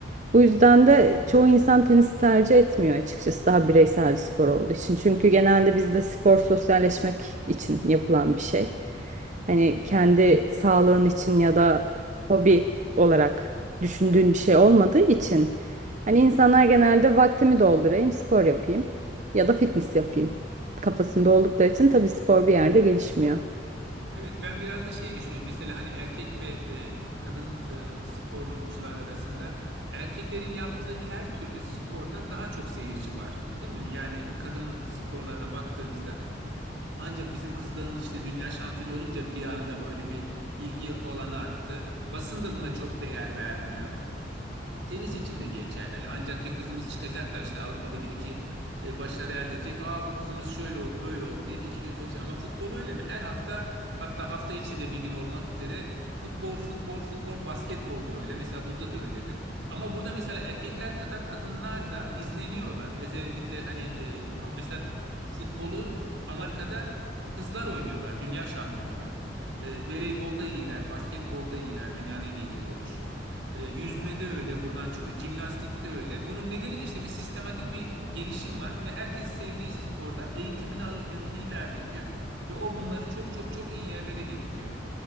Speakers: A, on the right; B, on the right.
A: Bu yüzden de çoğu insan tenisi tercih etmiyor açıkçası daha bireysel bir spor olduğu için. Çünkü genelde bizde spor sosyalleşmek için yapılan bir şey. Hani kendi sağlığın için ya da hobi olarak düşündüğün bir şey olmadığı için hani insanlar genelde vaktimi doldurayım, spor yapayım ya da fitness yapayım kafasında oldukları için tabii spor bir yerde gelişmiyor.
B: Evet ben biraz da şey düşünüyorum. Mesela hani erkek ve e, kadın e, sporcular arasında erkeklerin yaptığı her türlü sporda daha çok seyirci var, değil mi? Yani kadın sporlarına baktığınızda Ancak bizim kızlarımız işte dünya şampiyonu olunca bir anda böyle bir ilgi olanı arttı. Basın da buna çok değer vermiyor. Tenis için de geçerli. Ancak bir kızımız çıkacak da işte Avrupa'da bir iki e, başarı elde edecek. Aa bu kızımız şöyle oldu böyle oldu deyip iki gün sonra. işte- Ama futbol öyle mi? Her hafta hatta hafta içi de bir gün olmak üzere futbol futbol futbol basketbol da öyle. Mesela burada da öyledir. Ama burada mesela erkekler kadar kadınlar da izleniyorlar. Özellikle hani e, mesela futbolu Amerika'da kızlar oynuyorlar. Dünya şampiyonular. E, voleybolda iyiler, basketbolda iyiler, dünyanın en iyileri oluşuyor. E, yüzmede öyle buradan çıkıyor. Jimnastikte öyle. Bunun nedeni de işte bir sistematik bir gelişim var ve herkes sevdiği sporda eğitimini alırken onu ilerletiyor ve o bunları çok çok çok iyi yerlere getiriyor.